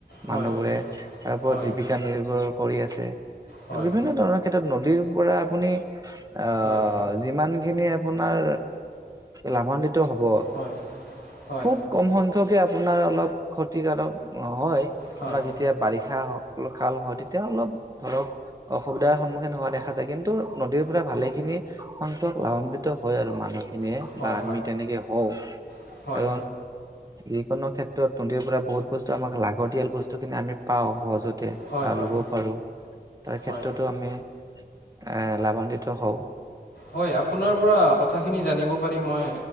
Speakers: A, on the left (about 70°); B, on the right (about 20°).
A: হয়
B: মানুহবোৰে তাৰ ওপৰত
A: হয় হয়
B: জীৱিকা নিৰ্ভৰ কৰি আছে
A: হয়
B: বিভিন্ন ধৰণৰ ক্ষেত্ৰত নদী আপুনি অঁ
A: হয় হয়
B: যিমান। আপোনাৰ লাভান্বিত হ'ব
A: হয় হয়
B: খুব কম সংখ্যক আপোনাৰ অলপ ক্ষতিকাৰক হয়।
A: হয়
B: মই যেতিয়া বাৰিষা অ খাল হয় তেতিয়া অলপ ধৰক অসুবিধাৰ সন্মুখীন হোৱা দেখা যায় কিন্তু নদীৰ পৰা ভালেখিনি সংখ্যক লাভান্বিত হয় আৰু মানুহ খিনিয়ে
A: হয়
B: বা আমি তেনেকে হওঁ
A: হয়
B: এ যিকোনো ক্ষেত্ৰত নদীৰ পৰা বহুত বস্তু আমাক লাগতিয়াল বস্তু খিনি আমি পাওঁ সহজতে
A: হয়
B: লবও পাৰো তাৰ ক্ষেত্ৰতো
A: হয়
B: আমি আহ লাভান্বিত হওঁ।
A: হয় আপোনাৰ পৰা কথাখিনি জানিব পাৰি মই